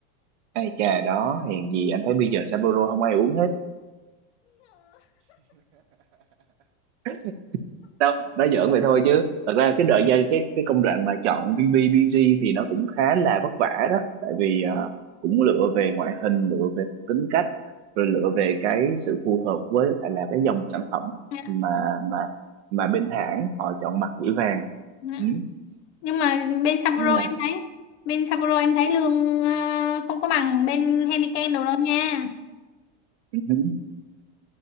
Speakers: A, on the right (about 80°); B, on the left (about 85°).
A: ai chà đó hèn gì anh thấy bây giờ Sapporo không ai uống hết <laughs> đâu nói giỡn vậy thôi chứ thật ra cái đợi giai cái cái công đoạn mà chọn BBBG thì nó cũng khá là vất vả đó tại vì à, cũng lựa về ngoại hình lựa về tính cách rồi lựa về cái sự phù hợp với lại là cái dòng sản phẩm
B: <laughs>
A: mà mà mà bên hãng họ chọn mặt gửi vàng
B: Ừ.
A: ừ.
B: nhưng mà bên Sapporo
A: nên là
B: em thấy bên Sapporo em thấy lương ờ, không có bằng bên Heineken đâu đâu nha
A: <laughs> ừ.